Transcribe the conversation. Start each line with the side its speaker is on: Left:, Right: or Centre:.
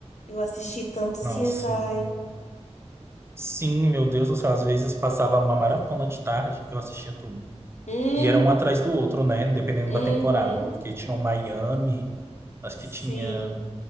Left: Eu assisti tanto CSI.
Right: Nossa. Sim, meu Deus do céu, às vezes passava uma maratona de tarde, eu assistia tudo.
Left: Uhum,
Right: E era um atrás do outro, né, dependendo
Left: uhum,
Right: da temporada. Porque tinha o Miami, acho
Left: sim.
Right: que tinha...